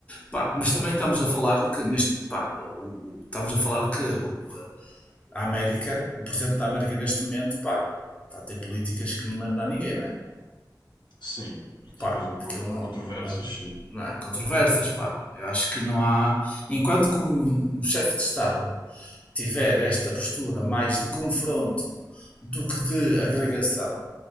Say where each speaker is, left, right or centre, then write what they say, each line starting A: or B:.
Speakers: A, on the left; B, on the left.
A: Pá, mas também estamos a falar que neste, pá, o- o- estamos a falar que o, a América, o presidente da América neste momento, pá, está a ter políticas que não lembra a ninguém, não é?
B: Sim, políticas
A: Pá,
B: um
A: porque
B: pouco
A: ele não,
B: controversas,
A: não, há-
B: sim,
A: não há controvérsias, pá. Eu acho que não há, enquanto que um, um chefe de Estado tiver esta postura mais de confronto do que de agregação,